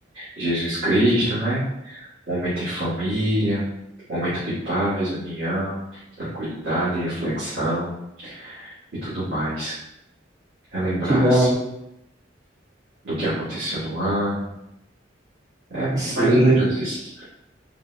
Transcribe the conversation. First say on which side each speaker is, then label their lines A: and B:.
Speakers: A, on the right; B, on the right.
A: Jesus Cristo, né? Momento em família, momento de paz, união, tranquilidade, reflexão e tudo mais. Relembrar-se
B: Que dá,
A: do que aconteceu no ano. É
B: sim,
A: mais ou menos isso,